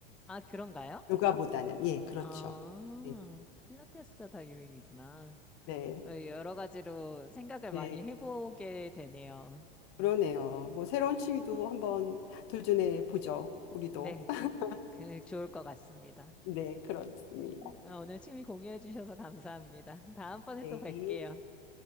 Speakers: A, in the centre; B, on the left.
A: 아, 그런가요?
B: 요가보다는 예 그렇죠
A: 아,
B: 네,
A: 필라테스가 다 유행이구나.
B: 네,
A: 어, 여러 가지로 생각을
B: 네.
A: 많이 해보게 되네요.
B: 그러네요 뭐 새로운 취미도 한번 도전해 보죠 우리도
A: 네,
B: <laughs>
A: 그 좋을 것 같습니다.
B: 네 그렇습니다
A: 어, 오늘 취미 공유해 주셔서 감사합니다. 다음번에
B: 네
A: 또 뵐게요.